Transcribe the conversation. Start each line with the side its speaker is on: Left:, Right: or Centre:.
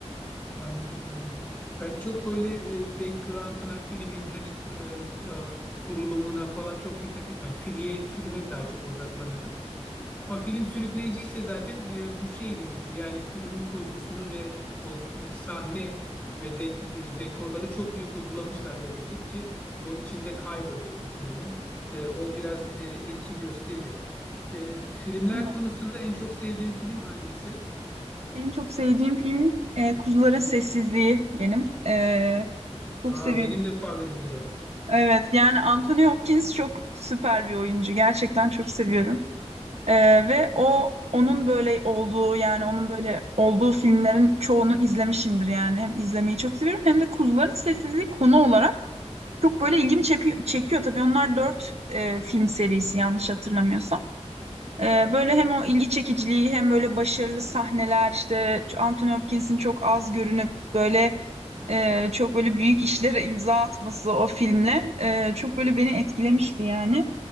Left: Anladım anladım. Ben çok böyle e, background'una filmin hani e, e, kurulumuna falan çok dikkat etmem. Filiye, filme daha çok odaklanırım. Ama film sürükleyiciyse zaten e, bu şey demektir. Yani filmin kurgusunu ve o e, sahne ve de- de- dekorları çok iyi kurgulamışlar demektir ki onun içinde kayboluyorsun filmin. E, o biraz e, etki gösteriyor. E, filmler
Right: Evet.
Left: konusunda en çok sevdiğim film hangisi?
Right: En çok sevdiğim film e, Kuzuların Sessizliği benim. Ee, çok
Left: Aa,
Right: seviyorum.
Left: benim de favorimdir o.
Right: Evet yani Anthony Hopkins çok süper bir oyuncu. Gerçekten çok seviyorum. Ee, ve o onun böyle olduğu yani onun böyle olduğu filmlerin çoğunu izlemişimdir yani. Hem izlemeyi çok seviyorum hem de Kuzuların Sessizliği konu olarak Çok böyle ilgimi çepi- çekiyor tabii. Onlar dört e, film serisi yanlış hatırlamıyorsam. E, böyle hem o ilgi çekiciliği hem böyle başarılı sahneler işte Anthony Hopkins'in çok az görünüp böyle e, çok böyle büyük işlere imza atması o filmle e, çok böyle beni etkilemişti yani.